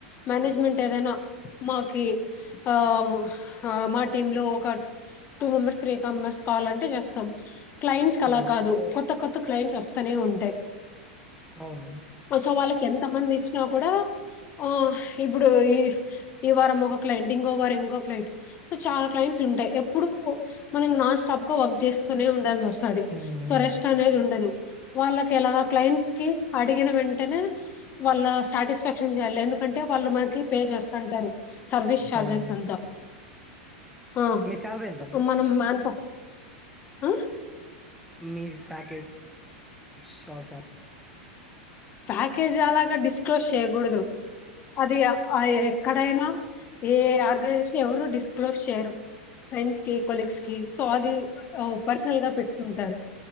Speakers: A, on the left; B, in the centre.
A: మేనేజ్మెంట్ ఏదైనా మాకి ఆ హ మా టీమ్ లో ఒక టూ మెంబర్స్, త్రీ మెంబర్స్ కావాలంటే చేస్తాం క్లైంట్స్ అలా
B: ఆ
A: కాదు కొత్త కొత్త క్లైంట్స్ వస్తనే ఉంటాయి.
B: అవును
A: సో వాళ్ళకి ఎంత మంది ఇచ్చినా కూడా ఆ హ ఇప్పుడు ఈ ఈ వారం ఒక క్లైంట్, ఇంకో వారం ఇంకో క్లైంట్ చాలా క్లైంట్స్ ఉంటాయి ఎప్పుడు మనం నాన్ స్టాప్ గా వర్క్ చేస్తూనే ఉండాల్సి వస్ అది
B: మ్మ్ మ్మ్
A: సొ రెస్ట్ అనేది ఉండదు. వాళ్ళకి ఎలా క్లైంట్స్ కి అడిగిన వెంటనే వాళ్ళ సాటిస్ఫాక్షన్ చేయాలి ఎందుక అంటే వాళ్ళు మకి పే చేస్తంటారు సర్వీస్ చార్జెస్
B: అవును
A: అంతా. ఆ
B: మీ శాలరీ ఎంతండి
A: మనం మెన్ ప ఆ
B: మీజ్ ప్యాకేజీ షోర్స
A: ప్యాకేజ్ అలాగా డిస్క్లోజ్ చేయకూడదు. అది ఆ ఎక్కడైనా ఏ ఆర్గనైజేషన్ ఎవరు డిస్క్లోజ్ చేయరు. ఫ్రెండ్స్ కి, కొలీగస్ కి సో అది ఓ పర్సనల్ గా పెట్టుకుంటారు.